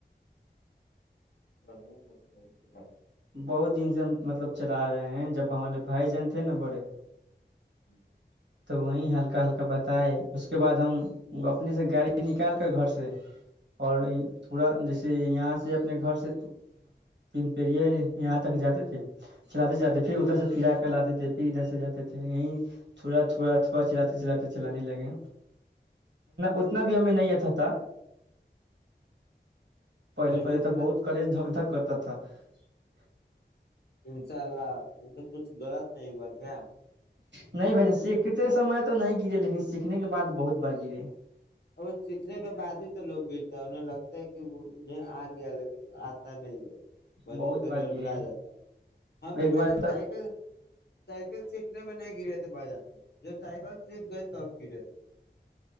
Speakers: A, on the left; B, on the right.
A: <unintelligible>
B: بہت دن سے ہم مطلب چلا رہے ہیں جب ہمارے بھائی جان تھے نا بڑے۔
A: <inaudible>
B: <unintelligible> کا ہلکا بتائے اس کے بعد ہم۔ وہ اپنے سے گاڑی نکال کر گھر سے۔ اور تھوڑا جیسے۔ یہاں سے اپنے گھر س تپڑیا ہے یہاں تک جاتے تھے۔ چلاتے چلاتے پھر ادھر سے پھرا۔ کل آتے تھے پھر ادھر سے جاتے تھے یہیں۔ <unintelligible> چلاتے چلانے لگے اتنا بھی ہمیں نہیں تھا۔ پہلے
A: پھر
B: پہلے
A: بھی
B: تو
A: مطلب
B: بہت کالیج دکدک کرتا تھا۔ <unintelligible>
A: انشاء اللہ مے کچھ غلط نہیں ہوا کیا۔
B: نہیں بھائی سیکھتے سمے تو نہیں گرے لیکن سیکھنے کے بعد بہت بار گرے۔ <inaudible>
A: اور سیکھنے کے بعد ہی تو لوگ گرتا ہے انہیں لگتا ہے کہ وہ انہیں آ گیا لیکن آتا نہیں ہے۔
B: بہت بار
A: گھر
B: گرے
A: بنایا
B: ہیں۔
A: جاتا ہے ہم بھی
B: ایک بار
A: ب
B: تو
A: سائیکل سائیکل سیکھنے میں نہیں گرے تھے بھائی جان۔ جب سائیکل سے گئے تب گرے تھے۔